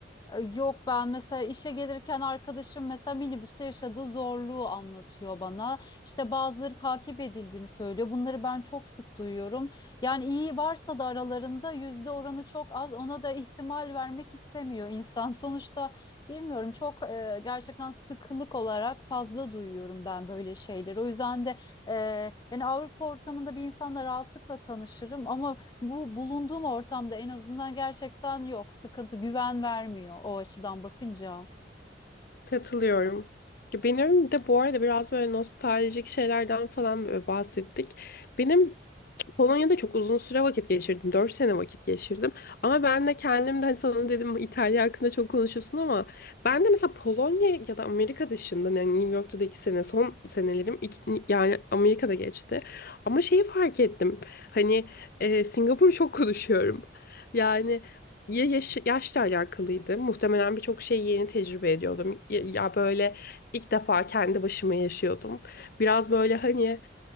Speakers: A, on the left; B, on the left.
A: E, Yok ben mesela işe gelirken arkadaşım mesela minibüste yaşadığı zorluğu anlatıyor bana. İşte bazıları takip edildiğini söylüyor. Bunları ben çok sık duyuyorum. Yani iyi varsa da aralarında yüzde oranı çok az. Ona da ihtimal vermek istemiyor insan. <laughs> Sonuçta bilmiyorum çok e, gerçekten sıkılık olarak fazla duyuyorum ben böyle şeyleri. O yüzden de e, yani Avrupa ortamında bir insanla rahatlıkla tanışırım ama bu bulunduğum ortamda en azından gerçekten yok. Sıkıntı, güven vermiyor o açıdan bakınca.
B: Katılıyorum. Ya Benim de bu arada biraz böyle nostaljik şeylerden falan böyle bahsettik. Benim Polonya'da çok uzun süre vakit geçirdim. dört sene vakit geçirdim. Ama ben de kendim de hani sana dedim İtalya hakkında çok konuşuyorsun ama ben de mesela Polonya ya da Amerika dışında yani New York'ta da 2 sene son senelerim iki- yani Amerika'da geçti. Ama şeyi fark ettim. Hani e, Singapur'u çok konuşuyorum. Yani ya yaş, yaşla alakalıydı. Muhtemelen birçok şeyi yeni tecrübe ediyordum. Ya, ya böyle ilk defa kendi başıma yaşıyordum. Biraz böyle hani